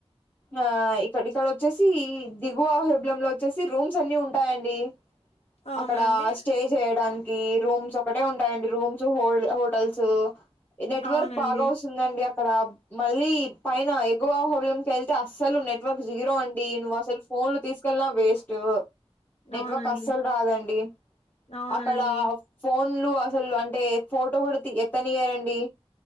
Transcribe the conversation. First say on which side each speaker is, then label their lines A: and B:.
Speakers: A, on the left; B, on the left.
A: ఆ ఇక్కడ ఇక్కడ వచ్చేసి దిగువ హెబ్లలో వచ్చేసి రూమ్స్ అన్ని ఉంటాయండి
B: అవునండి
A: అక్కడ స్టే చేయడానికి రూమ్స్ ఒకటే ఉంటాయిడి రూమ్స్ హోటల్స్ నెట్వర్క్
B: అవునండి
A: బాగా వ స్తుందండి అక్కడ మళ్ళీ పైన ఎగువ అహోబ్లం క వెళ్తే అస్సలు నట్ వర్క్ జీరో అండి నువ్వు అసలు ఫోన్లు తీసుకెళ్నా వేస్ట్ నెట్వర్క్
B: అవునండి
A: అస్సలు రాదండి
B: అవునండి
A: అక్కడ ఫోన్ లు అసలు అంటే ఫోటో కూడా ఎత్తనియ్యారండి